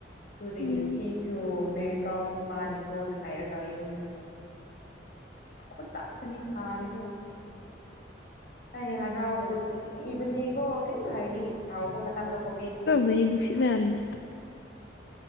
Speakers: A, on the left; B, on the left.
A: ꯑꯗꯨꯗꯒꯤ
B: ꯎꯝ
A: ꯁꯤꯁꯨ ꯃꯦꯔꯤꯀꯜꯁ ꯑꯃꯅꯤꯀꯣꯅ ꯍꯥꯏꯔ ꯌꯨꯝꯅ ꯈꯨꯗꯛꯇꯅꯤ ꯐꯥꯔꯤꯗꯣ ꯑꯩ ꯍꯔꯥꯎꯕꯗꯣ ꯀꯤꯕꯅꯦꯀꯣ ꯁꯤꯦꯡꯕ ꯍꯥꯏꯗꯤ ꯍꯔꯥꯎꯕ ꯃꯇꯝꯗ ꯀꯣꯚꯠ
B: ꯃꯅꯤ ꯅꯨꯡꯁꯤꯠ ꯃꯌꯥꯝꯅ